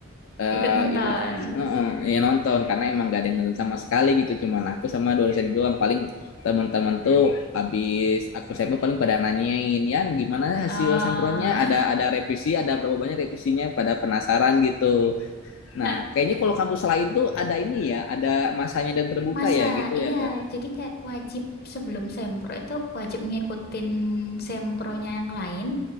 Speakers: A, on the left (about 75°); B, on the left (about 50°).
A: eh
B: ikut nonton.
A: itu eh, yang nonton karena emang gak ada yang nonton sama sekali gitu cuman aku sama dua dosen itu doang paling teman-teman tuh habis aku sampel paling pada nanyain Yan gimana
B: Oh.
A: hasil sempronnya ada ada revisi ada berapa banyak revisinya pada penasaran gitu nah
B: Nah,
A: kayaknya kalau kampus lain tuh ada ini ya ada masanya dan terbuka
B: masa
A: ya gitu
B: iya,
A: ya kak
B: jadi kayak wajib sebelum sempro itu wajib ngikutin sempronya yang lain